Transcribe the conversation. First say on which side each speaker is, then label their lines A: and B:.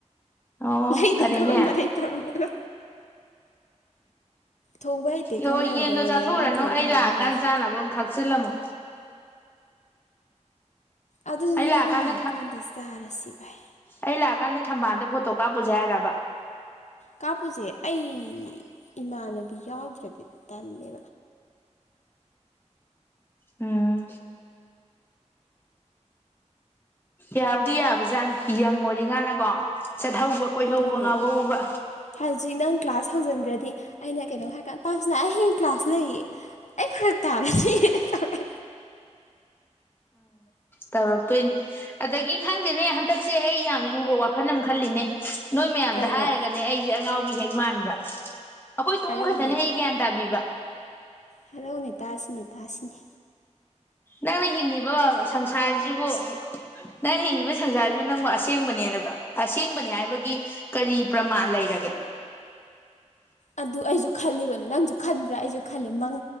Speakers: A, on the left; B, on the left.
A: ꯑꯣ
B: ꯂꯩꯗꯅꯕ
A: ꯐꯔꯦꯅꯦ
B: ꯃꯔꯩ ꯇꯧꯔꯝꯃꯒ ꯊꯣꯡꯕ ꯍꯩꯇꯦ
A: ꯌꯣ
B: ꯈꯪ ꯂꯩꯔꯕ
A: ꯌꯦꯟꯗꯣ
B: ꯑꯩꯉꯣꯟꯗ
A: ꯆꯥꯊꯣꯛꯎꯔꯅꯨ
B: ꯃꯥꯅ ꯊꯣꯡꯕ
A: ꯑꯩ
B: ꯍꯩꯕ꯭ꯔꯥ
A: ꯂꯥꯛꯑꯀꯥꯟꯗ
B: ꯍꯪꯉꯤꯁꯦ
A: ꯆꯥꯅꯕ ꯑꯃ ꯈꯛꯆꯤꯜꯂꯝꯃꯣ
B: ꯑꯗꯨꯗꯤ
A: ꯑꯩ ꯂꯥꯛꯑꯀꯥꯟꯗ
B: ꯅꯪ ꯂꯥꯛꯀꯥꯟꯗ ꯆꯥꯔꯁꯤ ꯚꯥꯏ
A: ꯑꯩ ꯂꯥꯛꯑꯀꯥꯟꯗ ꯊꯝꯕꯥꯜꯗ ꯐꯣꯇꯣ ꯀꯥꯞ ꯄꯨꯁꯦ ꯍꯥꯏꯔꯕ
B: ꯀꯥꯄꯨꯁꯦ ꯑꯩ ꯏꯃꯥꯟꯅꯕꯤ ꯌꯥꯎꯗ꯭ꯔꯗꯤ ꯇꯜꯂꯦ
A: ꯎꯝ ꯌꯥꯕꯨꯗꯤ ꯌꯥꯕꯖꯥꯠꯅꯦ ꯌꯪ ꯑꯣꯏꯔꯤꯉꯥꯅꯀꯣ ꯆꯠꯍꯧꯕ ꯀꯣꯏꯍꯧꯕ
B: ꯑꯗꯨꯅꯦ
A: ꯉꯥꯎꯍꯧꯕ
B: ꯍꯧꯖꯤꯛ ꯅꯪ ꯀ꯭ꯂꯥꯁ ꯍꯧꯖꯟꯒ꯭ꯔꯗꯤ ꯑꯩꯅ ꯀꯩꯅꯣ ꯍꯥꯏꯔꯀꯥꯟꯗ ꯄꯥꯁꯅ ꯑꯩ ꯍꯌꯦꯡ ꯀ꯭ꯂꯥꯁ ꯂꯩꯌꯦ ꯑꯩ ꯐꯔꯛ ꯇꯥꯔꯅꯤ <unintelligible>
A: ꯇꯧꯔꯛꯇꯨꯏꯅꯤ ꯑꯗꯒꯤ ꯈꯪꯗꯦꯅꯦ ꯍꯟꯗꯛꯁꯦ ꯑꯩ ꯌꯥꯝ ꯂꯨꯕ ꯋꯥꯈꯜ ꯑꯃ ꯈꯜꯂꯤꯅꯦ ꯅꯣꯏ ꯃꯌꯥꯝꯗ
B: ꯀꯩꯅꯣ
A: ꯍꯥꯏꯔꯒꯅꯦ ꯑꯩꯖꯦ ꯑꯉꯥꯎꯕꯤ ꯍꯦꯛ ꯃꯥꯟꯕ ꯑꯈꯣꯏ ꯇꯣꯝ
B: ꯍꯥꯏꯔꯛꯎꯅꯦ
A: ꯈꯛꯇꯅꯦ ꯑꯩ ꯒ꯭ꯌꯥꯟ ꯇꯥꯕꯤꯕ
B: ꯍꯜꯂꯣꯅꯦ ꯇꯥꯁꯤꯅꯦ ꯇꯥꯁꯤꯅꯦ
A: ꯅꯪꯅ ꯍꯤꯡꯉꯤꯕ ꯁꯪꯁꯥꯔꯖꯤꯕꯨ ꯅꯪꯅ ꯍꯤꯡꯉꯤꯕ ꯁꯟꯖꯥꯔꯖꯨ ꯅꯪꯕꯨ ꯑꯁꯦꯡꯕꯅꯦꯅꯕ ꯑꯁꯦꯡꯕꯅꯦ ꯍꯥꯏꯕꯒꯤ ꯀꯔꯤ ꯄ꯭ꯔꯃꯥꯟ ꯂꯩꯔꯒꯦ
B: ꯑꯗꯨ ꯑꯩꯖꯨ ꯈꯜꯂꯤꯕꯅꯤ ꯅꯪꯖꯨ ꯈꯟꯕ꯭ꯔꯥ ꯑꯩꯖꯨ ꯈꯜꯂꯤ ꯅꯪ